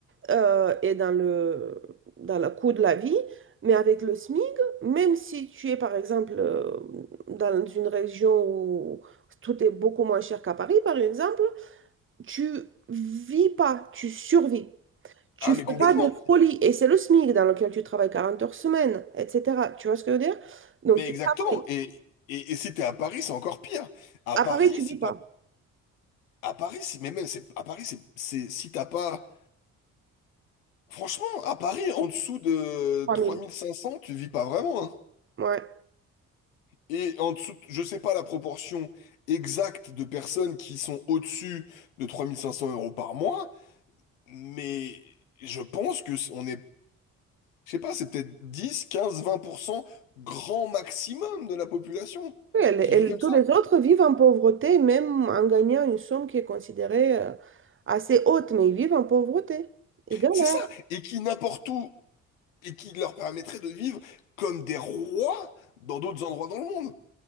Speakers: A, on the right; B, on the left.
A: euh, et dans le, dans le coût de la vie. Mais avec le SMIC, même si tu es, par exemple, euh, dans une région où tout est beaucoup moins cher qu'à Paris, par exemple, tu vis pas, tu survis. Tu
B: ah mais
A: fais
B: complètement.
A: pas de folie et c'est le SMIC dans lequel tu travailles 40 heures semaine, etc. Tu vois ce que je veux dire? Donc
B: Mais
A: tu
B: exactement.
A: travailles.
B: Et, et, et si t'es à Paris, c'est encore pire. À
A: À
B: Paris,
A: Paris, tu
B: si
A: vis
B: t'as,
A: pas.
B: à Paris, si, mais même, c'est, à Paris, c'est, c'est, si t'as pas, franchement, à Paris, en dessous de
A: 3000.
B: trois mille cinq cents, tu vis pas vraiment, hein.
A: Ouais.
B: Et en dessous, je sais pas la proportion exacte de personnes qui sont au-dessus de 3500 euros par mois, mais je pense que c- on est, je sais pas, c'est peut-être dix, quinze, vingt pour cent, grand maximum de la population
A: Oui, et,
B: qui vit
A: les-
B: comme
A: tous
B: ça.
A: les autres vivent en pauvreté, même en gagnant une somme qui est considérée euh, assez haute, mais ils vivent en pauvreté. Ils galèrent.
B: C'est ça, et qui n'importe où et qui leur permettrait de vivre comme des rois dans d'autres endroits dans le monde.